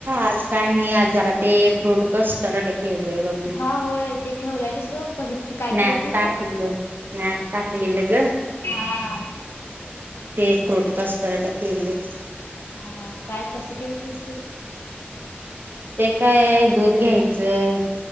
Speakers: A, on the right; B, on the left.
A: आज काय मी जरा ते फ्रूट कस्टर्ड केलोय बग.
B: हा होय ते ठेवलालीस ग
A: स्नॅप
B: काय केल तीस.
A: <unintelligible> <unintelligible> टाकलेलं ग!
B: हा.
A: ते फ्रूट कस्टर्ड केेले‌.
B: हा हा काय कसं केलं तेस ते?
A: ते काय आहे दूध घ्यायचं.